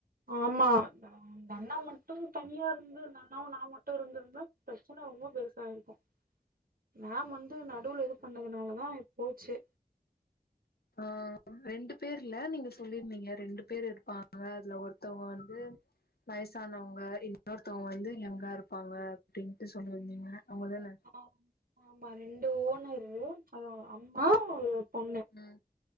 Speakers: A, on the right (about 65°); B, on the left (about 80°).
A: ஆமா அந்த அண்ணா மட்டு தனியா இருந்து அந்த அண்ணாவு நா மட்டு இருந்திருந்தா பிரச்சன ரொம்ப பெருசா ஆயிருக் க்கூ நா வந்து நடுவுல இது பண்ணதுனாலதா போச்சே
B: ஆ ரெண்டு பேர்ல நீங்க சொல்லிருந்தீங்க ரெண்டு பேர் இருப்பாங்க அதுல ஒருத்தவுங்க வந்து வயசானவுங்க இன்னொருத்தவுங்க வந்து எங் கா இருப்பாங்க அப்டின்ட்டு சொல்லிருந்தீங்க அவுங்கதான
A: ஆம் ஆமா ரெண்டு ஓனர்ரு அது ஒரு அம்மா ஒரு பொண்ணு
B: ம்